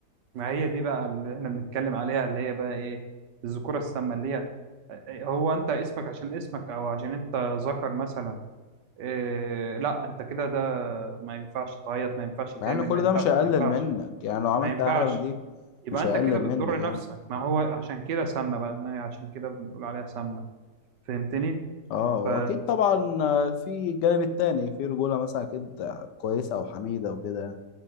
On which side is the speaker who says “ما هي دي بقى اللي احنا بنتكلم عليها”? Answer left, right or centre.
Right